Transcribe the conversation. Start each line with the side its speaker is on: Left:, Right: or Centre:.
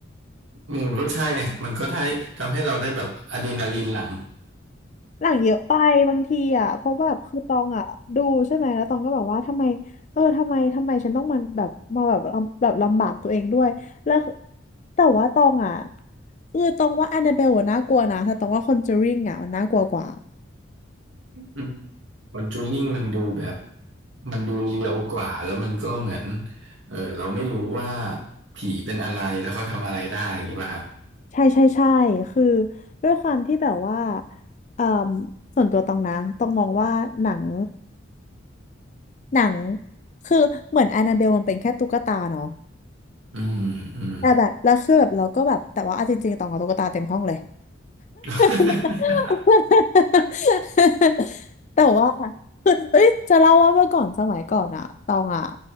Right: มันก็ใช่ครับมันก็ทำทำให้เราได้แบบอะดรีนาลีนหลั่ง
Left: หนังเยอะไปบางทีอะเพราะแบบคือตองอะดูใช่ไหมแล้วตองก็แบบว่าทำไมเออทำไมทำไมฉันต้องมาแบบมาแบบลำแบบลำบากตัวเองด้วยแล้วคือแต่ว่าตองอะคือตองว่าแอนนาเบลน่ากลัวนะแต่ตองว่าคอนเจอริงอะมันน่ากลัวกว่า
Right: อืมคอนจูริ่งมันดูแบบมันดูเรียวกว่าแล้วมันก็เหมือนเออเราไม่รู้ว่าผีเป็นอะไรแล้วเขาทำอะไรได้อย่างนี้ป่ะครับ
Left: ใช่ใช่ใช่คือด้วยความที่แบบว่าเอ่อส่วนตัวตองนะต้องมองว่าหนัง หนังคือเหมือนแอนนาเบลมันเป็นแค่ตุ๊กตาเนาะ
Right: อืมอืม
Left: แต่แบบแล้วคือแบบเราก็แบบแต่ว่าเอาจริงๆตองกับตุ๊กตาเต็มห้องเลย
Right: <laughs>
Left: <laughs> แต่ว่า <laughs> เอ้ยจะเล่าว่าเมื่อก่อนสมัยก่อนอะตองอะ